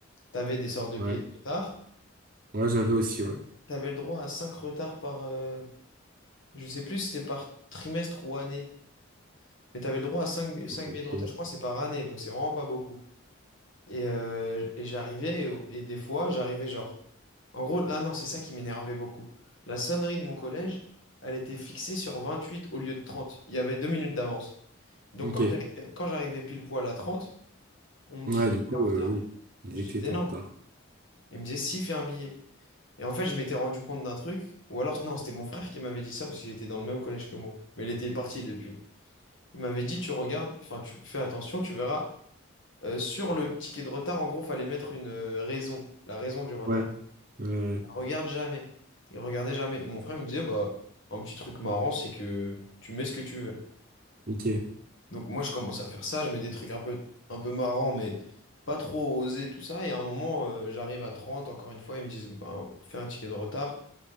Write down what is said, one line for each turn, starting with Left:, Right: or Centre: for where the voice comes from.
Left: tu avais des sortes de
Right: ouais.
Left: billets de retard.
Right: Ouais, j'avais aussi, ouais.
Left: Tu avais le droit à 5 retards par... euh, Je sais plus si c'était par trimestre ou année. Mais tu avais le droit à 5 billets
Right: Ok.
Left: de retard. Je crois que c'est par année, donc c'est vraiment pas beaucoup. Et, euh, et j'arrivais, et, et des fois, j'arrivais genre. En gros, ah non, c'est ça qui m'énervait beaucoup. La sonnerie de mon collège, elle était fixée sur 28 au lieu de 30. Il y avait deux minutes d'avance. Donc
Right: Ok.
Left: quand j'arrivais, quand j'arrivais pile poil à 30, on me
Right: Ouais,
Left: disait,
Right: du coup,
Left: t'es en retard.
Right: euh, oui. Il disait
Left: Je disais
Right: que t'étais
Left: non.
Right: en retard.
Left: Il me disait, si, fais un billet. Et en fait, je m'étais rendu compte d'un truc. Ou alors, non, c'était mon frère qui m'avait dit ça parce qu'il était dans le même collège que moi. Mais il était parti depuis. Il m'avait dit, tu regardes, enfin, tu fais attention, tu verras. Euh, sur le ticket de retard, en gros, fallait mettre une euh, raison, la raison du retard.
Right: Ouais, ouais, ouais.
Left: Il regarde jamais. Il regardait jamais. Et mon frère il me disait, bah, un petit truc marrant, c'est que tu mets ce que tu veux.
Right: Ok,
Left: Donc moi, je commence à faire ça, je mets des trucs un peu, un peu marrants, mais pas trop osés, tout ça. Et à un moment, euh, j'arrive à 30. encore une fois, ils me disent, bah, fais un ticket de retard.